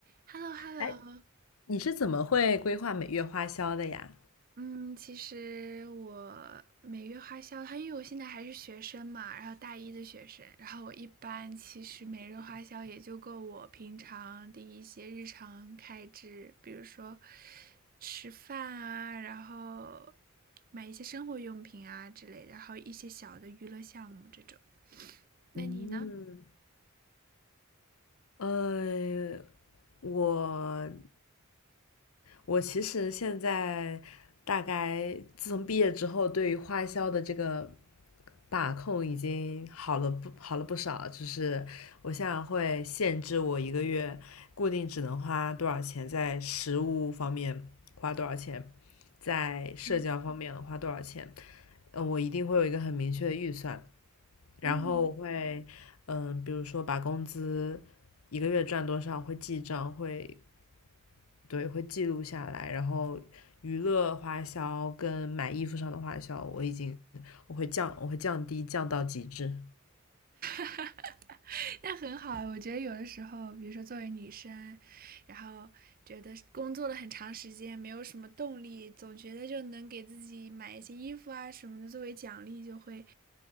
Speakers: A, on the right; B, on the left.
A: Hello，Hello，
B: 哎，你是怎么会规划每月花销的呀？
A: 嗯，其实我每月花销，它因为我现在还是学生嘛，然后大一的学生，然后我一般其实每日花销也就够我平常的一些日常开支，比如说吃饭啊，然后买一些生活用品啊之类的，然后一些小的娱乐项目这种。那你呢？
B: 嗯，呃，我我其实现在大概自从毕业之后，对于花销的这个把控已经好了不好了不少。就是我现在会限制我一个月固定只能花多少钱，在食物方面花多少钱，在社交方面花多少钱。
A: 嗯
B: 呃，我一定会有一个很明确的预算。然后我会，
A: 嗯。
B: 嗯，比如说把工资一个月赚多少会记账，会，对，会记录下来。然后娱乐花销跟买衣服上的花销，我已经我会降，我会降低，降到极致。
A: <laughs> 那很好啊我觉得有的时候，比如说作为女生，然后觉得工作了很长时间，没有什么动力，总觉得就能给自己买一些衣服啊什么的作为奖励，就会